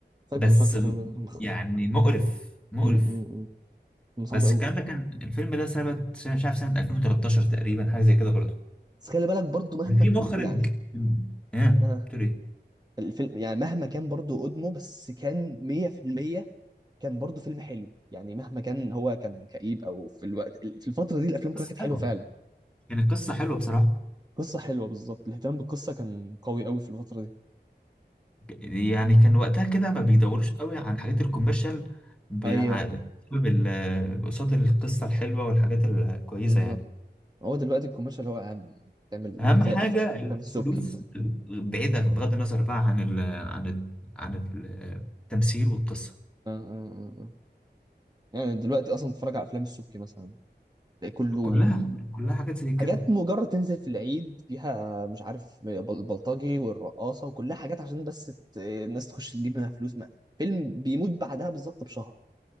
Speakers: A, on the right; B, in the centre.
A: فاكره
B: بس
A: فاكره فيلم ده مخرب
B: يعني مقرف مقرف
A: امم امم أمم. فيلم صعب
B: بس
A: قوي
B: الكلام ده كان الفيلم ده سنة سنة- مش عارف سنة 2013 تقريبا حاجة زي كده برضه
A: بس خلي بالك برضو مهما
B: كان في
A: ك-
B: مخرج
A: يعني
B: ايه
A: آه.
B: بتقول ايه
A: الفيلم يعني مهما كان برضو قدمه بس كان 100% كان برضو فيلم حلو يعني مهما كان هو كان كئيب او في الوقت في الفتره دي الافلام كلها
B: قصة
A: كانت حلوه
B: حلوة
A: فعلا
B: يعني القصة حلوة بصراحة
A: قصه حلوه بالظبط الاهتمام بالقصه كان قوي قوي في الفتره دي
B: يعني كان وقتها كده ما بيدوروش قوي عن الحاجات الكوميرشال بع-
A: ايوه
B: بسبب ال- قصاد القصة الحلوة والحاجات الكويسة
A: بالظبط
B: يعني
A: هو دلوقتي الكوميرشال هو اهم يعني تعمل
B: أهم
A: زي
B: حاجة
A: أف- افلام
B: الفلوس
A: السبكي آه
B: بعيدة بغض النظر بقى عن ال عن ال عن التمثيل والقصة
A: آه آه. آه. يعني دلوقتي اصلا بتتفرج على افلام السبكي مثلا تلاقي كله
B: كلها كلها حاجات زي كده
A: حاجات مجرد تنزل في العيد فيها مش عارف بل- البلطجي والرقاصة وكلها حاجات عشان بس ت- الناس تخش تجيب منها فلوس ما. فيلم بيموت بعدها بالظبط بشهر